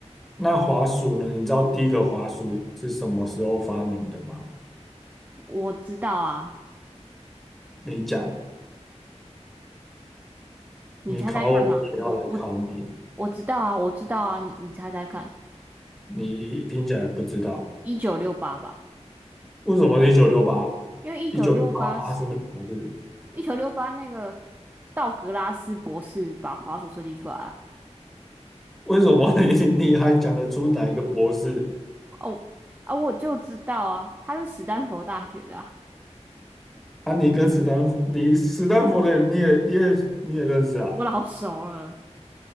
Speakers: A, in the centre; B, on the right (about 15°).
A: 那滑鼠呢？你知道第一个滑鼠是什么时候发明的吗？
B: 我知道啊。
A: 你讲，
B: 你猜猜看嘛，
A: 你考我，我也要来考你。
B: 我我我知道啊，我知道啊，你你猜猜看，
A: 你听起来不知道，
B: 一九六八吧，
A: 为什么是一九六八？
B: 因为一九六八是
A: 一九六八发生了什么事？
B: 一九六八那个道格拉斯博士把滑鼠设计出来啊，
A: 为什么你 <laughs> 你还讲得出哪一个博士？
B: 哦啊，我就知道啊，他是史丹佛大学的啊，
A: 啊，你跟斯坦福，你斯坦福的你也你也你也认识啊？
B: 我老熟了，